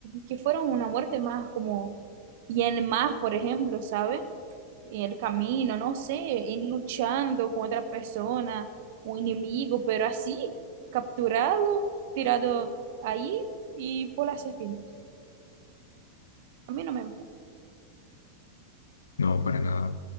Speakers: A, on the right; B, on the left.
A: que fuera una muerte más como, y en más, por ejemplo, ¿sabe? En el camino, no sé, en luchando con otra persona, un enemigo, pero así, capturado, tirado ahí y por las serpientes. A mí no me gustó,
B: No, para nada.